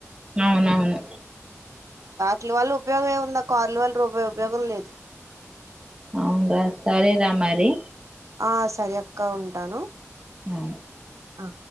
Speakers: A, on the right; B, on the right.
A: అవునవును
B: ట్ల వల్ల ఉపయోగం ఏంముందుక్క కార్ల వల్ల రూపాయి ఉపయోగం లేదు.
A: అవున్రా సరేరా మరి
B: ఆ సరి అక్క ఉంటాను.
A: ఆ
B: ఆ